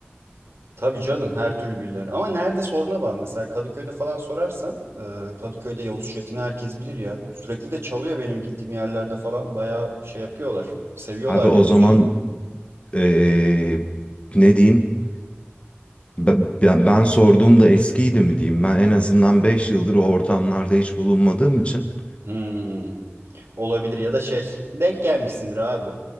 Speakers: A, on the right; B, on the left.
A: Tabii canım her türlü bilirler. Ama nerede soruna bağlı. Mesela Kadıköy'de falan sorarsan e, Kadıköy'de Yavuz Çetin'i herkes bilir ya. Sürekli de çalıyor benim gittiğim yerlerde falan. Bayağı şey yapıyorlar. Seviyorlar
B: Abi o
A: Yavuz
B: zaman
A: Çetin'i.
B: ee, ne diyeyim? Ben, ben, ben sorduğumda eskiydi mi diyeyim? Ben en azından 5 yıldır o ortamlarda hiç bulunmadığım için.
A: Hmm, olabilir ya da şey denk gelmişsindir abi.